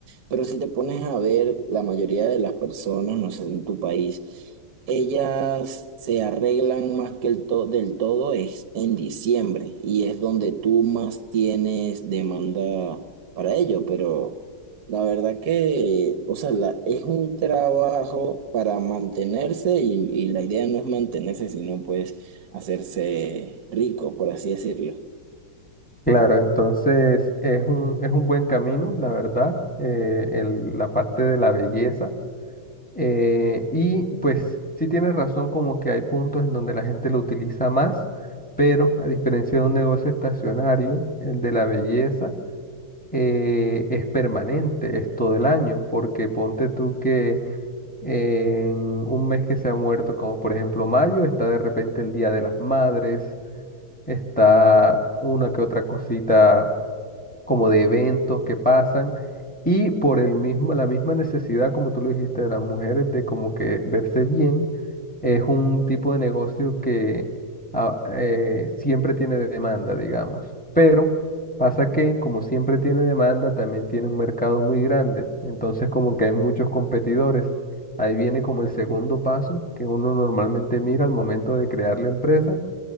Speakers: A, on the right (about 65°); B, in the centre.
A: Pero si te pones a ver, la mayoría de las personas, no sé, en tu país, ellas se arreglan más que el to- del todo es en diciembre y es donde tú más tienes demanda para ello. Pero la verdad que, o sea, la- es un trabajo para mantenerse y, y la idea no es mantenerse, sino pues hacerse rico, por así decirlo.
B: Claro, entonces es un, es un buen camino, la verdad, eh, el- la parte de la belleza. Eh, y pues sí tienes razón como que hay puntos en donde la gente lo utiliza más, pero a diferencia de un negocio estacionario, el de la belleza eh, es permanente, es todo el año, porque ponte tú que en un mes que se ha muerto, como por ejemplo mayo, está de repente el Día de las Madres, está una que otra cosita como de eventos que pasan y por el mismo, la misma necesidad, como tú lo dijiste, de las mujeres de como que verse bien, es un tipo de negocio que ah, eh, siempre tiene demanda, digamos. Pero pasa que como siempre tiene demanda, también tiene un mercado muy grande, entonces como que hay muchos competidores. Ahí viene como el segundo paso que uno normalmente mira al momento de crear la empresa